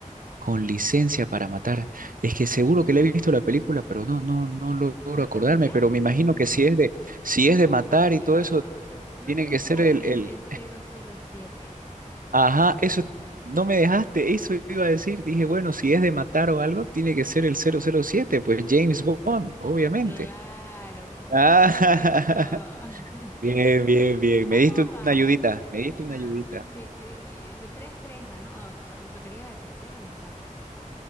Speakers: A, on the right; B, on the left.
A: Con licencia para matar. Es que seguro que le he visto la película, pero no, no, no logro
B: ¿No
A: acordarme.
B: te ubicas?
A: Pero me imagino que si es de, si es de
B: Oh,
A: matar
B: por Dios.
A: y todo eso,
B: ¿No
A: tiene
B: te ubicas
A: que ser
B: al
A: el,
B: agente
A: el,
B: 007?
A: ajá, eso, no me dejaste, eso iba a decir. Dije, bueno, si es de matar o algo, tiene que ser el 007, pues James Bond, obviamente.
B: Ah, Claro,
A: Ah,
B: correcto.
A: <laughs>
B: <laughs>
A: bien, bien, bien.
B: ¿Cuántas
A: Me diste
B: vamos?
A: una ayudita,
B: Creo que,
A: me diste una
B: ajá,
A: ayudita.
B: sí, te digo una ayudita. Tres, tres van, ¿no? O, o tocaría la tercera o la cuarta.